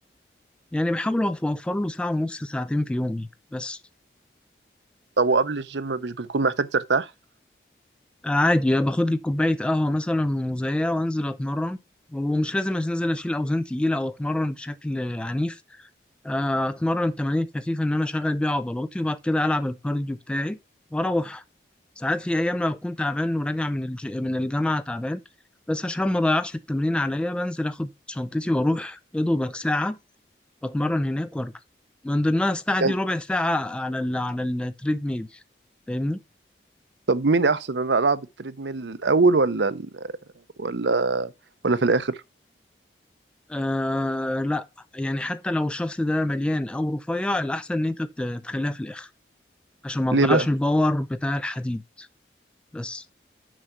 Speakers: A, in the centre; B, on the right.
A: يعني بحاول أوف- اوفر له ساعه ونص ساعتين في يومي بس
B: طب وقبل الجيم مش بتكون محتاج ترتاح
A: آه، عادي باخد لي كوبايه قهوه مثلا وموزايه وانزل اتمرن ومش لازم انزل اشيل اوزان تقيله او اتمرن بشكل عنيف آه، اتمرن تمارين خفيفه ان انا اشغل بيها عضلاتي وبعد كده العب الكارديو بتاعي واروح ساعات في ايام لو كنت تعبان وراجع من الج... من الجامعه تعبان بس عشان ما اضيعش التمرين عليا بنزل اخد شنطتي واروح يا دوبك ساعه بتمرن هناك وارجع من ضمنها الساعه دي
B: يعني
A: ربع ساعه على ال... على التريد ميل فاهمني
B: طب مين احسن انا العب التريدميل الاول ولا ال... ولا ولا في الاخر
A: آه لا يعني حتى لو الشخص ده مليان او رفيع الاحسن ان انت ت- تخليها في الاخر عشان ما
B: ليه
A: تضيعش
B: بقى
A: الباور بتاع الحديد بس